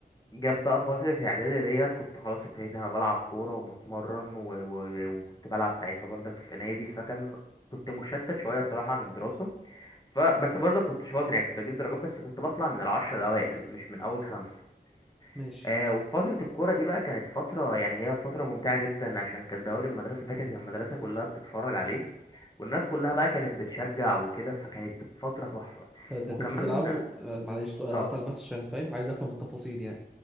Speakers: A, on the left; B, in the centre.
A: جاب بقى فترة إعدادي ديت كنت خلاص ابتديت أنا بلعب كورة وبتمرن و... و... وكنت بلعب ساعتها برضك في نادي فكان كنت مشتت شوية بصراحة عن الدراسة ف- بس برضه كنت شاطر يعني كنت اجيب درجات بس كنت بطلع من العشرة الاوائل مش من اول خمسة
B: ماشي
A: آه وفترة الكورة دي بقى كانت فترة يعني هي فترة ممتعة جدا عشان كان دوري المدرسة ده كانت المدرسة كلها بتتفرج عليه والناس كلها بقى كانت بتشجع وكده فكانت فترة تحفة
B: طب ده
A: وكمان
B: كنت بتلعبه آه، معلش سؤال
A: اه
B: اقطعك بس عشان فاهم عايز افهم التفاصيل يعني